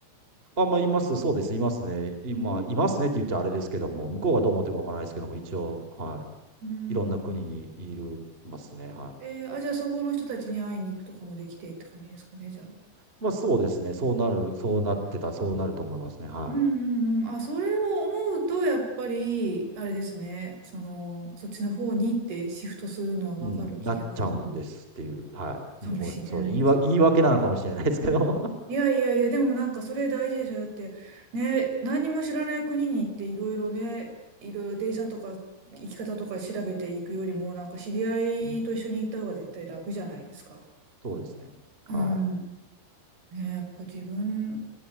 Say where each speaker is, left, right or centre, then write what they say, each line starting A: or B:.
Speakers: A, on the right (about 15°); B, on the right (about 50°).
A: あ、まあ、います。そうです。いますね。今、
B: うーん。
A: いますねって言っちゃあれですけども、向こうがどう思ってるかわからないですけども、一応、はい。
B: うん。
A: いろんな国にいるますね。はい。
B: えーあ、じゃあそこの人たちに会いに行くとかもできてって感じですかね、じゃあ。
A: まあそうですね。そうなる、そうなってた、そうなると思いますね。は
B: うんうんうん。あ、それを思うと、やっぱり、あれですね、その、そっちの方にってシフトするのはわかる気がする
A: い。うん、なっちゃうんですっていう。はい。
B: かもしれないです。
A: もうごめんなさい。そう言いわ、言い訳なのかもしれないですけど。<laughs>
B: いやいやいや、でもなんかそれ大事でしょ。だって、ね、何も知らない国に行っていろいろね、いろいろ電車とか行き方とか調べていくよりも、なんか知り合いと一緒に行った方が絶対楽じゃないですか。
A: うんそうですね。は
B: うん。ね、やっぱ自分